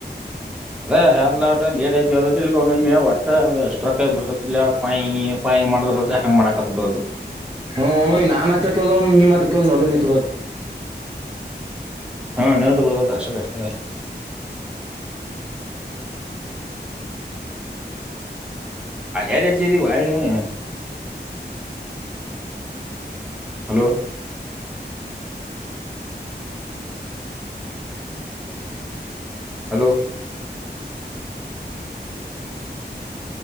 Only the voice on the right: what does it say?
ಹ್ಮ ಒಮ್ಮ ನಾ ಮಾತ್ರ ಕಲ ಮೀ ಮಾತ್ರ ಕಲ ನೋಡೋತ <unintelligible>